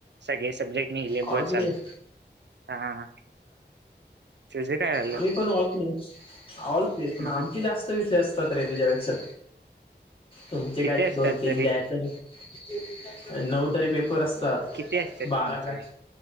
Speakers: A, on the right (about 75°); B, on the left (about 30°).
A: सगळे सब्जेक्ट निघले
B: ऑल
A: बर
B: क्लिअर
A: झालं हा तुझं काय झालं
B: आम्ही पण ऑल क्लिअर, ऑल क्लिअर पण
A: हम्म
B: आमची
A: हम्म.
B: जास्त विषय अस त आहे तुझ्यापेक्षा तुमचे
A: किती
B: काय
A: असतात
B: दोन तीन
A: तरी
B: द्यायचं आणि नऊ तरी पेपर असतात
A: किती
B: बारा
A: तुमचे
B: प्रॅक्टि